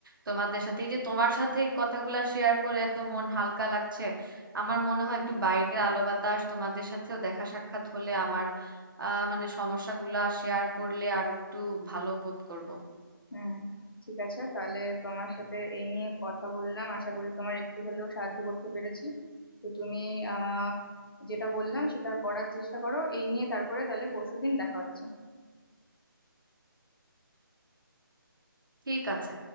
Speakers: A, on the right; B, on the left.
A: তোমাদের সাথে এই যে তোমার সাথে এই কথাগুলা শেয়ার করে এত মন হালকা লাগছে আমার মনে হয় একটু বাইরের আলো বাতাস তোমাদের সাথেও দেখা সাক্ষাৎ হলে আমার আহ মানে সমস্যাগুলা শেয়ার করলে আর একটু ভালো বোধ করব
B: হুম ঠিক আছে তাহলে তোমার সাথে এই নিয়ে কথা বললাম আশা করি তোমার একটু হলেও সাহায্য করতে পেরেছি তো তুমি আহ যেটা বললাম সেটা করার চেষ্টা করো এই নিয়ে তারপরে তাহলে পরশুদিন দেখা হচ্ছে
A: ঠিক আছে